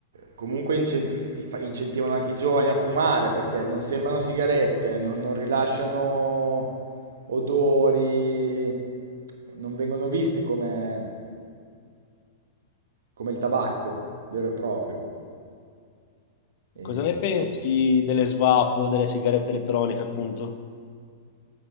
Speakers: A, on the right; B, on the left.
A: comunque incenti- fa- incentivano anche i giovani a fumare perché non sembrano sigarette, non, non rilasciano odori, non vengono viste come come il tabacco vero e proprio. E...
B: Cosa ne pensi delle svapo, delle sigarette elettroniche, appunto?